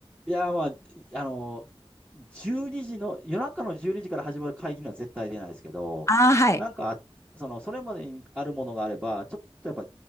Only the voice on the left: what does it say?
あ、はい。